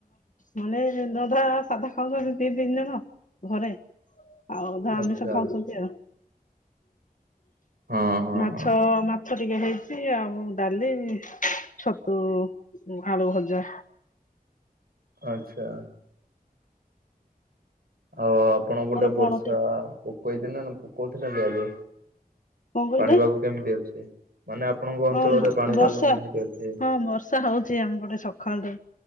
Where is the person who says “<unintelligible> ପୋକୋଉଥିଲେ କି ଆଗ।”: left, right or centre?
Right